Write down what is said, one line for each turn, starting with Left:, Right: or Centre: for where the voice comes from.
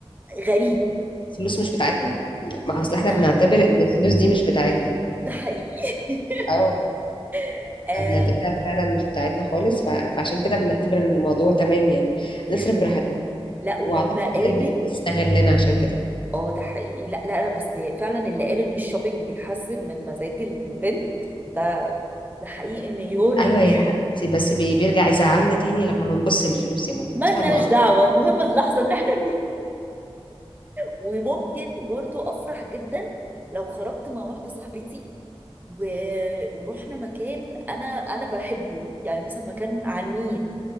Right: غريب
Left: الفلوس مش بتاعتنا ما اصل احنا
Right: ما
Left: بنعتبر ان الفلوس دي مش بتاعتنا
Right: ده حقيقي
Left: اه
Right: <laughs> آه
Left: فبنعتبرها فعلا مش بتاعتنا خالص ف... فعشان كده بنعتبر ان الموضوع تمام يعني
Right: دي
Left: نصرف
Right: حقيقة
Left: براحتنا
Right: جدا لا ولما
Left: واعتقد
Right: قابل
Left: هي البنوك بتستغلنا عشان كده
Right: اه ده حقيقي لا لا لا بس فعلا اللي قال ان الشوبينج بيحزن من مزاج البنت ده ده حقيقي مليون
Left: ايوه
Right: المية
Left: يا حبيبتي بس بي... بيرجع يزعلنا تاني لما بنبص للفلوس يا ماما
Right: ملناش
Left: انت فاهمه غلط
Right: دعوة المهم اللحظة اللي احنا فيها وممكن برضو أفرح جدا لو خرجت مع واحدة صاحبتي و... ورحنا مكان أنا أنا بحبه يعني مثلا مكان عن مين